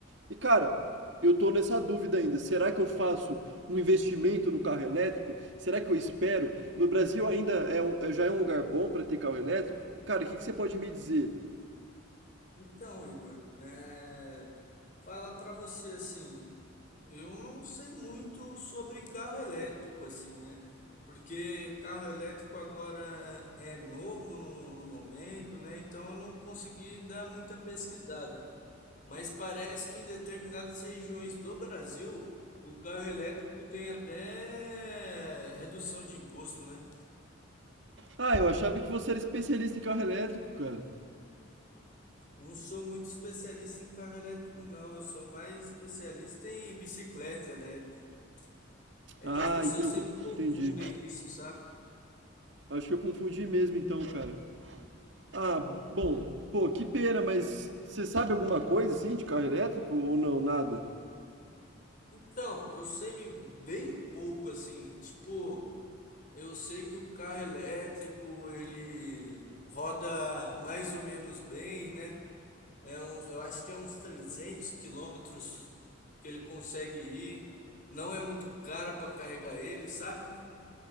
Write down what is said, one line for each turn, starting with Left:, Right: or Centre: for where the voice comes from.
Right: E, cara, eu tô nessa dúvida ainda. Será que eu faço um investimento no carro elétrico? Será que eu espero? No Brasil ainda é um- já é um lugar bom para ter carro elétrico? Cara, o que que você pode me dizer?
Left: Então, Igor, é... falar para você assim, eu não sei muito sobre carro elétrico assim, né? Porque carro elétrico agora é é novo no, no momento, né? Então eu não consegui dar muita pesquisada. Mas parece que em determinadas regiões do Brasil, o carro elétrico tem até redução de imposto, né?
Right: Ah, eu achava que você era especialista em carro elétrico, cara.
Left: Não sou muito especialista em carro elétrico, não. Eu sou mais especialista em bicicleta elétrica. É
Right: Ah,
Left: que as pessoas
Right: ente- eu
Left: sempre
Right: co-
Left: confundem
Right: entendi.
Left: isso, sabe?
Right: Acho que eu confundi mesmo então, cara. Ah, bom, pô, que pena, mas você sabe alguma coisa assim de carro elétrico ou não, nada?
Left: Então, eu sei bem pouco, assim. Tipo, eu sei que o carro elétrico ele roda mais ou menos bem, né? É uns, eu acho que é uns 300 quilômetros que ele consegue ir. Não é muito caro para carregar ele, sabe?